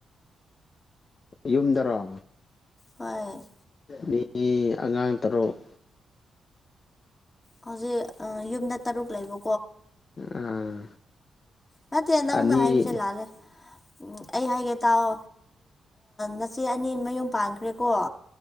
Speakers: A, on the left; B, on the left.
A: ꯌꯨꯝꯗꯔꯣ
B: ꯍꯣꯏ
A: ꯃꯤ ꯑꯉꯥꯡ ꯇꯔꯨꯛ
B: ꯍꯧꯖꯤꯛ ꯑ ꯌꯨꯝꯗ ꯇꯔꯨꯛ ꯂꯩꯕ
A: ꯑꯥ
B: ꯅꯠꯇꯦ
A: ꯑꯅꯤ
B: ꯅꯪꯅ ꯍꯥꯏꯕꯁꯦ ꯂꯥꯜꯂꯦ ꯎ ꯑꯩ ꯍꯥꯏꯒꯦ ꯇꯥꯑꯣ ꯅꯆꯦ ꯑꯅꯤ ꯃꯌꯨꯝ ꯄꯥꯟꯈ꯭ꯔꯦꯀꯣ